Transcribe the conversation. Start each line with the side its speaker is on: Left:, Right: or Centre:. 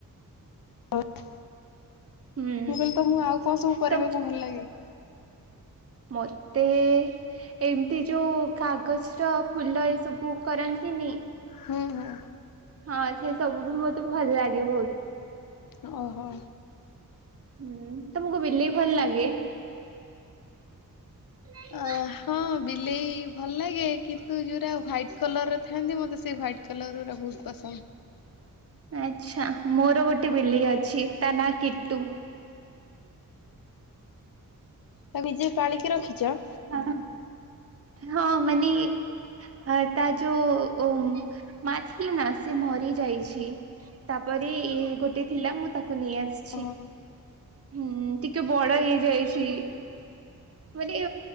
Left: ମୁଁ କହିଲି,
Right: ହୁଁ
Left: ତମକୁ ଆଉ କଣ ସବୁ କରିବାକୁ
Right: ତ
Left: ଭଲ ଲାଗେ?
Right: ମତେ ଏମିତି ଯୋଉ କାଗଜର ଫୁଲ ଏସବୁ କରନ୍ତିନି
Left: ହୁଁ ହୁଁ।
Right: ହଁ, ସେ ସବୁ ବି ମତେ ଭଲ ଲାଗେ ବହୁତ୍।
Left: ଅ ହ।
Right: ହୁଁ, ତମକୁ ବିଲେଇ ଭଲ ଲାଗେ? <unintelligible>
Left: ଅ ହଁ, ବିଲେଇ ଭଲ ଲାଗେ। କିନ୍ତୁ ଯୋଉରା ୱାଇଟ୍ କଲର୍ ର ଥାଆନ୍ତି। ମୋତେ ସେଇ ୱାଇଟ୍ କଲର୍ ଗୁରା ବହୁତ୍ ପସନ୍ଦ।
Right: ଆଛା। ମୋର ଗୋଟେ ବିଲେଇ ଅଛି, ତା ନାଁ କିଟୁ।
Left: ତାକୁ ନିଜେ ପାଳିକି ରଖିଚ?
Right: ହଁ। ହଁ, ମାନେ ଆ ତା ଯୋଉ ମା ଥିଲା ନା, ସେ ମରି ଯାଇଛି। ତାପରେ ଇଏ ଗୋଟେ ଥିଲା, ମୁଁ ତାକୁ ନେଇ ଆସି
Left: ହଁ।
Right: ହୁଁ, ଟିକେ ବଡ଼ ହେଇଯାଇଛି। ମାନେ